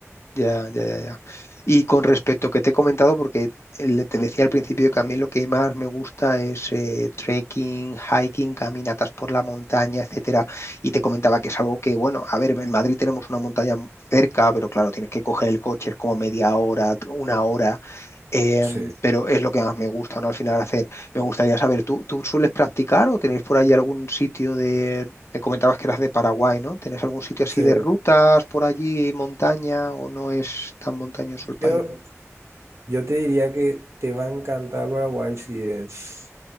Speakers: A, on the left; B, on the right.
A: ya, ya, ya, ya. ya. Y con respecto que te he comentado, porque el- te decía al principio que a mí lo que más me gusta es eh, trekking, hiking, caminatas por la montaña, etcétera. Y te comentaba que es algo que, bueno, a ver, en Madrid tenemos una montaña cerca, pero claro, tienes que coger el coche, es como media hora, una hora. Em,
B: sí,
A: pero es lo que más me gusta, ¿no? Al final hacer. Me gustaría saber, ¿tú, tú sueles practicar o tenéis por ahí algún sitio de... Me comentabas que eras de Paraguay, ¿no? ¿Tenés algún sitio así
B: sí.
A: de rutas por allí, montaña, o no es tan montañoso el país?
B: Yo, yo te diría que te va a encantar Paraguay si es